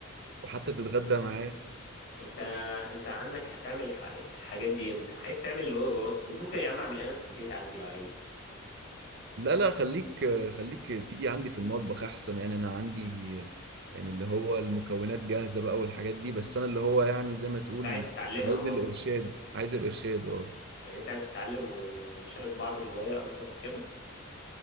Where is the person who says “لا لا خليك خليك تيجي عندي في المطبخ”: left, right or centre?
Right